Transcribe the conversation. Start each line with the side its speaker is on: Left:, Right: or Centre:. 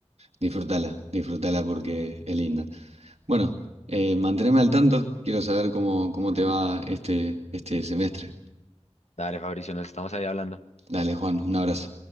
Right: disfrútala, disfrútala porque es linda. Bueno, eh, manteneme al tanto. Quiero saber cómo, cómo te
Left: Ujú.
Right: va este, este semestre.
Left: Dale, Fabricio, nos estamos ahí hablando.
Right: Dale, Juan, un abrazo.